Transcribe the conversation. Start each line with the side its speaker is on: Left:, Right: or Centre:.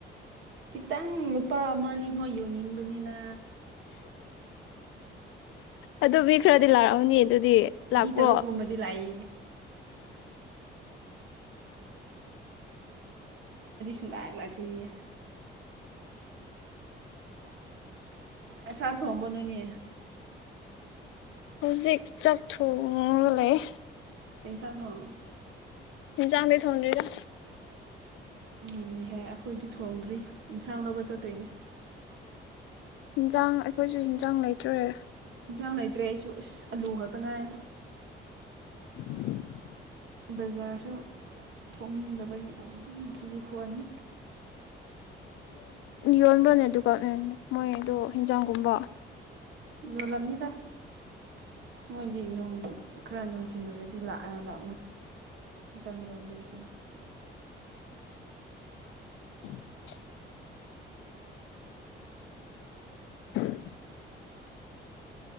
Right: ꯈꯤꯇꯪ ꯂꯨꯄꯥ ꯑꯃ ꯑꯅꯤꯐꯥꯎ ꯌꯣꯟꯅꯤꯡꯕꯅꯤꯅ
Left: ꯑꯗꯨ ꯃꯤ ꯈꯔꯗꯤ ꯂꯥꯛꯑꯝꯃꯅꯤ ꯑꯗꯨꯗꯤ ꯂꯥꯛꯄ꯭ꯔꯣ
Right: ꯃꯤ ꯇꯔꯨꯛꯀꯨꯝꯕꯗꯤ ꯂꯥꯛꯏꯌꯦ ꯁꯨꯡꯂꯣꯛ ꯂꯣꯛꯇꯦꯌꯥ <inaudible> ꯑꯁꯥ ꯊꯣꯡꯉꯕ ꯅꯣꯏꯅꯤ
Left: ꯍꯧꯖꯤꯛ ꯆꯥꯛ ꯊꯣꯡꯉꯒ ꯂꯩ
Right: ꯀꯩ ꯐꯦꯟꯁꯥꯡꯅꯣ
Left: ꯍꯤꯡꯖꯥꯡꯗꯤ ꯊꯣꯡꯗꯔꯤꯗ
Right: ꯉꯟꯂꯂꯍꯦ ꯑꯩꯈꯣꯏꯗꯤ ꯊꯣꯡꯗ꯭ꯔꯤ ꯌꯦꯟꯁꯥꯡ ꯂꯧꯕ ꯆꯠꯇꯣꯏꯅꯦ
Left: ꯌꯦꯟꯖꯥꯡ ꯑꯩꯈꯣꯏꯁꯨ ꯌꯦꯟꯖꯥꯡ ꯂꯩꯇ꯭ꯔꯦ
Right: ꯏꯟꯁꯥꯡ ꯂꯩꯇ꯭ꯔꯦ ꯑꯩꯁꯨ ꯑꯁ ꯑꯂꯨ ꯈꯛꯇ ꯉꯥꯏ
Left: <inaudible>
Right: ꯕꯖꯥꯔꯁꯨ ꯊꯣꯛꯅꯤꯡꯗꯕꯒꯤ ꯉꯁꯤꯗꯤ ꯊꯣꯛꯑꯅꯤ
Left: ꯌꯣꯟꯕꯅꯦ ꯑꯗꯨꯒ ꯃꯣꯏꯗꯣ ꯍꯤꯡꯖꯥꯡꯒꯨꯝꯕ
Right: ꯌꯣꯜꯂꯝꯅꯤꯗ ꯃꯣꯏꯗꯤ ꯅꯨꯡ ꯈꯔ ꯅꯨꯡꯊꯤꯟ ꯑꯣꯏꯔꯗꯤ ꯂꯤꯂ ꯑ ꯎ ꯆꯪꯅꯕꯤ <inaudible>
Left: <inaudible> <inaudible>